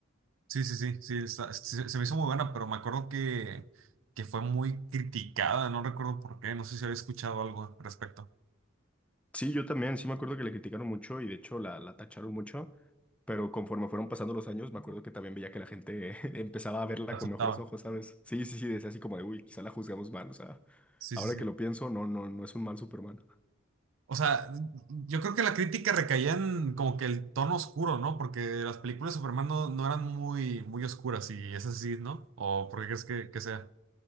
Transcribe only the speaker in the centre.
Sí, yo también, sí me acuerdo que le criticaron mucho y de hecho la, la tacharon mucho, pero conforme fueron pasando los años, me acuerdo que también veía que la gente <laughs> empezaba a verla
con mejores ojos, ¿sabes? Sí, sí, sí, decía así como de, uy, quizá la juzgamos mal, o sea,
ahora
que lo pienso, no, no, no es un mal Superman.